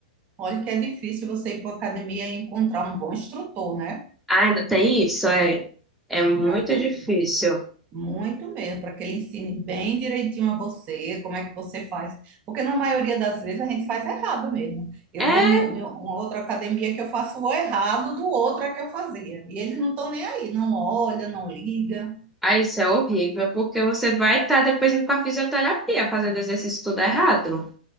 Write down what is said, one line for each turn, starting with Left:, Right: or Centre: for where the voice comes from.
Right: Olha que é difícil você ir para a academia e encontrar um bom instrutor, né?
Centre: Ah, ainda tem isso? É, é muito
Right: Já tem
Centre: difícil.
Right: muito mesmo, para que ele ensine bem direitinho a você, como é que você faz. Porque na maioria das vezes a gente faz errado mesmo. Eu
Centre: É,
Right: vou em em uma outra academia que eu faço o errado do outro é que eu fazia. E eles não estão nem aí, não olha, não liga,
Centre: Ah, isso é horrível, porque você vai estar depois indo para fisioterapia fazendo exercício tudo errado.